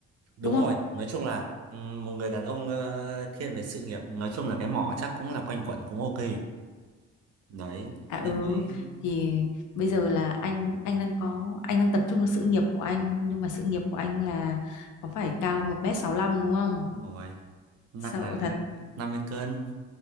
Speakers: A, on the right (about 55°); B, on the left (about 80°).
A: đúng
B: đúng không
A: rồi nói chung là ừm, một người đàn ông ờ, thiên về sự nghiệp nói chung là cái mỏ chắc cũng là quanh quẩn cũng ok đấy
B: à ừ
A: nên đấy
B: thì bây giờ là anh anh đang có anh đang tập trung vào sự nghiệp của anh nhưng mà sự nghiệp của anh là có phải cao một mét sáu lăm đúng không
A: đúng rồi nặng
B: sợ
A: là
B: thật
A: năm mươi cân